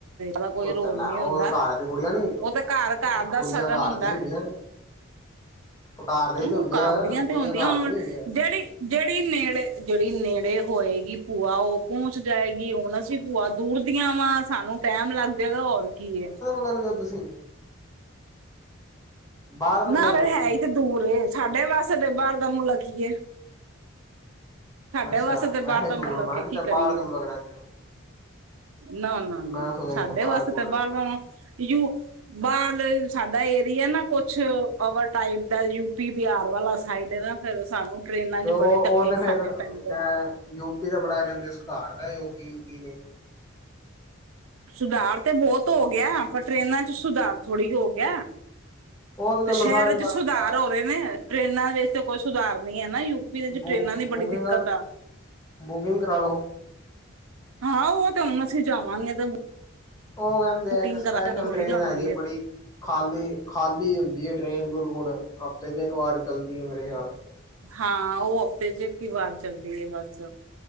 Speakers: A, on the right; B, on the left.
A: ਦਾ ਕੋਈ
B: ਘੁਟ
A: ਰੋਲ
B: ਲਾਓ,
A: ਨਹੀਂ ਹੁੰਦਾ
B: ਉਹ ਘਰ ਦੀਆਂ ਕੁੜੀਆਂ ਨੀ,
A: ਉਹ ਤੇ ਘਰ ਘਰ ਦਾ
B: ਕੁੜੀਆਂ
A: ਸ਼ਗਨ
B: ਘਰ
A: ਹੁੰਦਾ
B: ਦੀਆਂ ਹੁੰਦੀਆਂ <inaudible> ਘਰ ਦੇ
A: ਨਹੀ
B: ਹੀ ਤੇ ਹੁੰਦੇ
A: ਉਹ ਘਰ
B: ਆ
A: ਦੀਆਂ ਤੇ
B: ਕੁੜੀਆਂ
A: ਹੁੰਦੀਆ
B: ਘਰ
A: ਹੁਣ,
B: ਦੀਆਂ ਹੈਗੀਆਂ
A: ਜੇੜੀ ਜੇੜੀ ਨੇੜੇ, ਜੇੜੀ ਨੇੜੇ ਹੋਏਗੀ ਭੂਆ, ਉਹ ਪਹੁੰਚ ਜਾਏਗੀ ਹੁਣ ਅਸੀ ਭੂਆ ਦੂਰ ਦੀਆਂ ਵਾ, ਸਾਨੂੰ ਟੈਮ ਲੱਗ ਜਾਏਗਾ ਹੋਰ ਕੀ ਏ
B: ਲੱਗਦੇ ਹੋ ਤੁਸੀਂ ਬਾਹਰ ਦੇ ਮੁਲਕ
A: ਨਾ ਫੇਰ
B: ਹੋ
A: ਹੈ ਹੀ ਦੂਰ ਏ, ਸਾਡੇ ਵਾਸਤੇ ਬਾਹਰ ਦਾ ਮੁਲਕ ਹੀ ਏ ਸਾਡੇ
B: ਅੱਛਾ
A: ਵਾਸਤੇ ਤੇ
B: ਵੈਸੇ
A: ਬਾਹਰ ਦਾ ਮੁਲਕ
B: ਦੂਰ ਮੈਂ
A: ਏ,
B: ਕਿਤੇ
A: ਕੀ ਕਰੀਏ।
B: ਬਾਹਰ ਦੇ ਮੁਲਕ ਰਹਿੰਦੇ ਹੋ
A: ਨਾ- ਨਾ- ਨਾ
B: ਮੈਂ ਸੋਚਿਆ
A: ਸਾਡੇ
B: ਕਿਤੇ ਬਾਹਰ
A: ਵਾਸਤੇ
B: ਬੂਰ
A: ਤਾਂ
B: ਰਹਿੰਦੇ
A: ਬਾਹਰਲਾ
B: ਹੋ
A: ਹਮ ਯੂ ਬਾਹਰਲੇ, ਸਾਡਾ ਏਰੀਆ ਨਾ ਕੁਛ, ਓਵਰ ਟਾਈਪ ਦਾ ਯੂਪੀ ਬਿਹਾਰ ਵਾਲਾ ਸਾਈਡ ਏ ਨਾ ਫੇਰ ਸਾਨੂੰ ਟ੍ਰੇਨਾਂ
B: ਤੇ
A: 'ਚ
B: ਉਹ,
A: ਬੜੇ ਧੱਕੇ
B: ਉਹ ਤੇ
A: ਖਾਣੇ
B: ਫੇਰ
A: ਪੈਂਦੇ
B: ਕਹਿ,
A: ਆ
B: ਯੂਪੀ ਦਾ ਬੜਾ ਕਹਿੰਦੇ ਸੁਧਾਰਦਾ ਯੋਗੀ, ਯੂਗੀ ਨੇ
A: ਸੁਧਾਰ ਤੇ ਬਹੁਤ ਹੋ ਗਿਆ, ਪਰ ਟ੍ਰੇਨਾਂ 'ਚ ਸੁਧਾਰ ਥੋੜ੍ਹੀ ਹੋ ਗਿਆ
B: ਉਹ ਚਲੋ
A: ਤੇ ਸ਼ਹਿਰ
B: ਸਾਰੇ
A: 'ਚ
B: ਪਾਸੇ
A: ਸੁਧਾਰ
B: ਆ
A: ਹੋ ਰਹੇ ਨੇ, ਟ੍ਰੇਨਾਂ ਵਿਚ ਤੇ ਕੋਈ ਸੁਧਾਰ ਨੀ ਨਾ ਯੂ ਯੂਪੀ ਦੇ ਵਿਚ
B: ਬੁ
A: ਟ੍ਰੇਨਾਂ ਦੀ
B: ਬੁਕਿੰਗ
A: ਬੜੀ ਦਿੱਕਤ ਆ
B: ਬੁਕਿੰਗ ਕਰਾ ਲਓ।
A: ਹਾਂ ਉਹ ਤੇ ਹੁਣ ਅਸੀ ਜਾਵਾਂਗੇ ਤੇ
B: ਉਹ ਕਹਿੰਦੇ
A: ਬੁਕਿੰਗ
B: ਏ ਇੱਕ ਸਪੈਸ਼ਲ
A: ਕਰਾ ਕੇ ਥੋੜੀ
B: ਟ੍ਰੇਨ
A: ਜਾਵਾਂਗੇ
B: ਹੈਗੀ ਬੜੀ ਖਾਲੀ, ਖਾਲੀ ਹੁੰਦੀ ਹੈ ਟ੍ਰੇਨ ਬਿਲਕੁਲ, ਹਫ਼ਤੇ 'ਚ ਇੱਕ ਵਾਰੀ ਚੱਲਦੀ ਹੈ ਮੇਰੇ ਖਿਆਲ
A: ਹਾਂ ਉਹ ਹਫ਼ਤੇ 'ਚ ਇਕ ਈ ਵਾਰ ਚੱਲਦੀ ਐ ਬਸ।